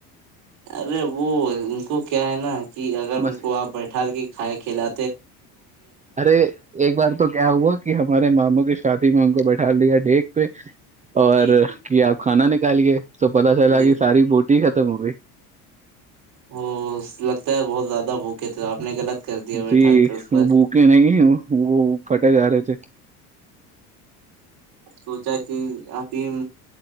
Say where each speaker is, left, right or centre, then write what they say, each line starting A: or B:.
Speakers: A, on the right (about 75°); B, on the right (about 20°).
A: ارے ا وہو ان کو کیا ہے نا کہ اگر ان
B: بس
A: کو آپ بیٹھا کے کایا کھیلا
B: ارے ایک بار تو کیا ہوا کہ ہمارے ماموں کے شادی میں ان کو بیٹھال دیا ڈیک پہ اور
A: جی جی
B: کیا کھانا نکالیے تو پتا چا
A: جی
B: لگی ساری ب ٹی ختم ہو گئی
A: ا لگتا ہے بہت زیادہ بھوکے تھے آپ نے غلط کر دیا بیٹھال
B: جی
A: کر اس پر
B: وہ بھوکے نہیں وہ پھٹے جا رہے تھے
A: سچ آی